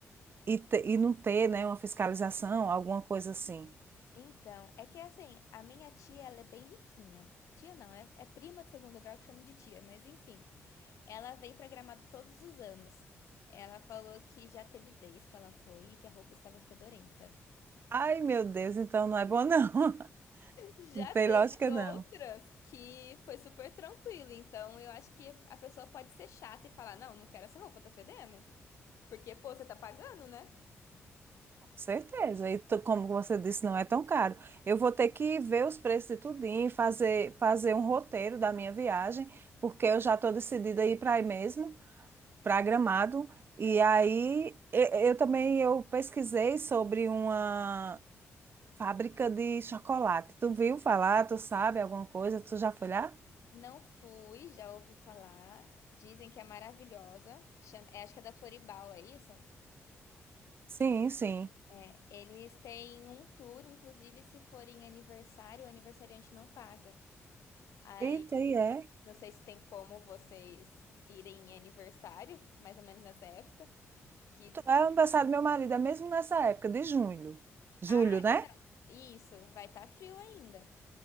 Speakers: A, on the right (about 45°); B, on the left (about 75°).
A: e, te- e não ter, né, uma fiscalização, alguma coisa assim.
B: Então, é que assim, a minha tia, ela é bem riquinha. Tia não, é, é prima de segundo grau que chama de tia, mas enfim. Ela vem pra Gramado todos os anos. Ela falou que já teve vez que ela foi e que a roupa estava fedorenta.
A: Ai, meu Deus, então não é bom, não. <laughs>
B: Já
A: Não tem
B: teve
A: lógica,
B: outras
A: não.
B: que foi super tranquilo. Então, eu acho que a pessoa pode ser chata e falar: Não, não quero essa roupa, tá fedendo. Porque, pô, você tá pagando, né?
A: Certeza. E tu- como você disse, não é tão caro. Eu vou ter que ver os preços de tudinho, fazer, fazer um roteiro da minha viagem, porque eu já estou decidida a ir para aí mesmo, para Gramado. E
B: Aham.
A: aí e- eu, também eu pesquisei sobre uma fábrica de chocolate. Tu viu falar? Tu sabe alguma coisa? Tu já foi lá?
B: Não fui, já ouvi falar. Dizem que é maravilhosa. Chama, é, acho que é da Floribal, é isso?
A: Sim, sim.
B: É, eles têm um tour, inclusive se for em aniversário, o aniversariante não paga. Aí,
A: Eita, e é.
B: não sei se tem como vocês irem em aniversário, mais ou menos nessa época, que,
A: É o aniversário do meu marido, é mesmo nessa época de julho. Julho,
B: ah,
A: né?
B: isso, vai estar frio ainda.